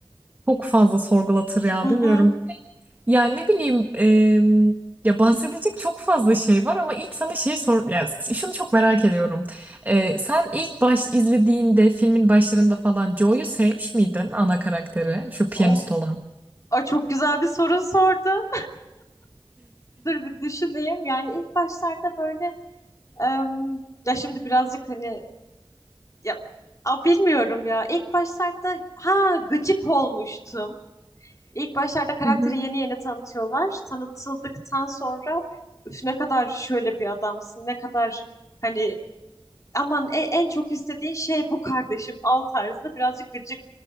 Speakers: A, on the right; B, on the left.
A: Çok fazla sorgulatır ya
B: Hı hı.
A: bilmiyorum. Yani ne bileyim em, ya bahsedecek çok fazla şey var ama ilk sana şey sor yani şunu çok merak ediyorum. E, sen ilk baş izlediğinde filmin başlarında falan Joe'yu sevmiş miydin ana karakteri şu piyanist
B: O,
A: olan?
B: o çok güzel bir soru sordun. Dur bir düşüneyim. Yani ilk başlarda böyle em, ya şimdi birazcık hani Ya, a, bilmiyorum ya. İlk başlarda ha gıcık olmuştum. İlk başlarda karakteri
A: Hı hı.
B: yeni yeni tanıtıyorlar. Tanıtıldıktan sonra üf ne kadar şöyle bir adamsın, ne kadar hani aman e- en, çok istediğin şey bu kardeşim al tarzında birazcık gıcık